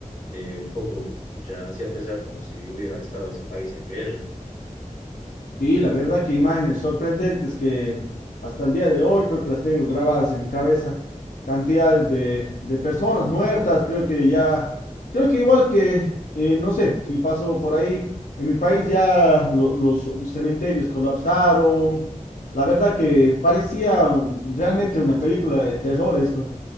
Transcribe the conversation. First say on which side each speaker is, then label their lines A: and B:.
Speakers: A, on the left (about 65°); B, on the left (about 85°).
A: eh, un poco, pucha, hacía pensar como si hubiera estado ese país en guerra.
B: Sí, la verdad que imágenes sorprendentes que hasta el día de hoy creo que las tengo grabadas en mi cabeza. Cantidades de, de personas muertas, creo que ya, creo que igual que, eh, no sé, si pasó por ahí, en mi país ya lo- los cementerios colapsaron. La verdad que parecía un- realmente una película de terror esto.